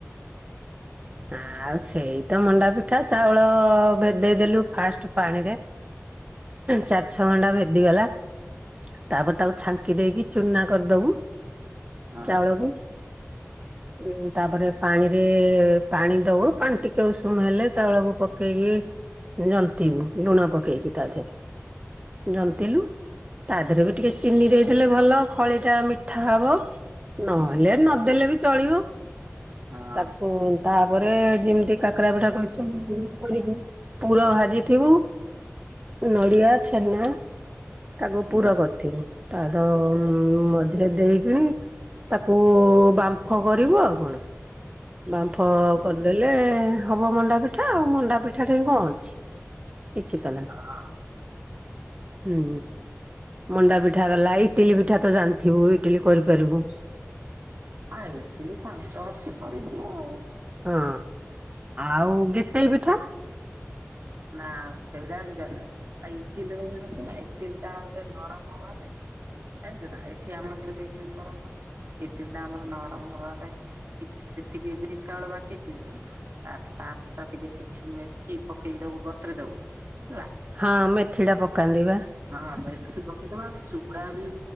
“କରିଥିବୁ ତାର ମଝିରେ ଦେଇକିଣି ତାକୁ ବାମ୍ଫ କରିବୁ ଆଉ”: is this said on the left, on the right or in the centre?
Right